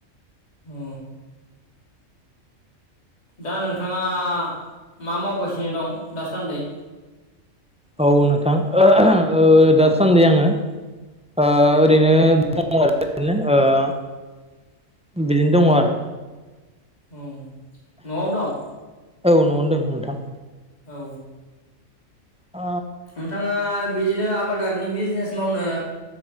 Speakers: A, on the left; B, in the centre.
A: औ दा नोंथाङा मा मावगासिनो दं दासान्दै
B: औ नोंथां ओ दासान्दै आङो आ
A: औ
B: ओरैनो दङ आरो बिदिनो ओ बिदिनो दङ आरो
A: उम न'आवनो दं
B: औ न'आवनो दों नोंथां।
A: औ
B: अ
A: नोंथाङा बिदिनो आबादारिनि बिजनेस मावनो